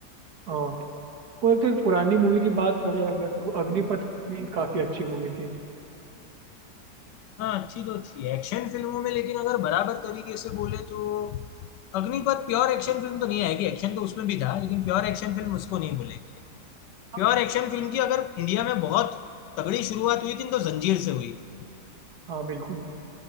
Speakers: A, on the right; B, on the left.
A: हाँ और एक तो पुरानी मूवी की बात करें अगर तो अग्निपथ भी काफी अच्छी मूवी थी
B: हाँ अच्छी तो थी एक्शन फिल्मों में लेकिन अगर बराबर तरीके से बोले तो अग्निपथ प्योर एक्शन फिल्म तो नहीं आएगी एक्शन तो उसमें भी था लेकिन प्योर एक्शन फिल्म उसको नहीं बोलेंगे
A: हाँ
B: प्योर एक्शन फिल्म की अगर इंडिया में बहुत तगड़ी शुरुआत हुई थी तो जंजीर से हुई थी
A: हाँ, बिल्कुल